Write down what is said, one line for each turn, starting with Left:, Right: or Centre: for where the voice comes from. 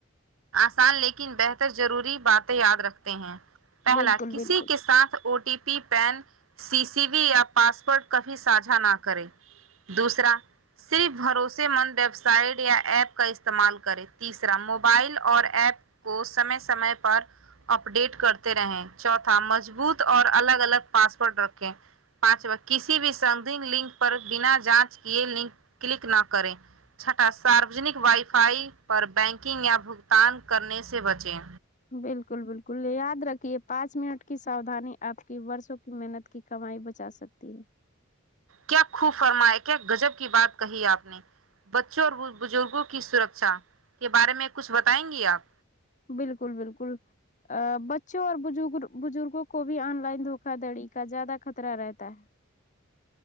Right: سان لیکن بہتر ضروری باتیں یاد رکھتے ہیں
Left: ہے
Right: پہلا
Left: بالکل
Right: کسی
Left: بالکل
Right: کے ساتھ او ٹی پی پین سی سی بیی یا پاسورڈ کبھی ساجھا نہ کریں دوسرا صرف بھروسے مند ویب سائٹ یا ایپ کا استعمال کریں تیسرا مو بائل اور ایپ کو سمے سمے پر اپڈیٹ کرتے رہیں چوتھا مضبوط اور الگ الگ پاسورڈ رکھیں پانچواں کسی بھی سمتھنگ لنک پر بنا جانچ کیے لنک کلک نہ کریں چھٹا ساروجنک وائی فائی پر بینکنگ یا بھگتان کرنے سے بچیں
Left: بالکل بالکل یاد رکھیے پانچ منٹ کی ساودھانی آپ کی برسوں کی محنت کی کمائی بچا سکتی ہے
Right: کیا خوب فرمایا کیا گجب کی بات کہی آپ نے بچوں اور بزرگوں کی سرکشا کے بارے میں کچھ بتائیں گی آپ
Left: بالکل بالکل ا بچوں اور بزگ بزرگوں کو بھی آن لائن دھوکا دڑی کا زیادہ خطرہ رہتا ہے